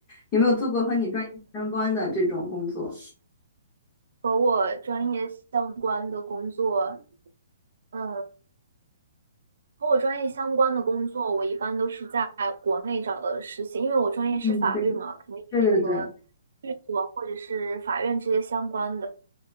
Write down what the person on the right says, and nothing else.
和我专业相关的工作，嗯，和我专业相关的工作，我一般都是在国内找的实习，因为我专业是法律嘛，
肯定就是和
律所或者是法院这些相关的，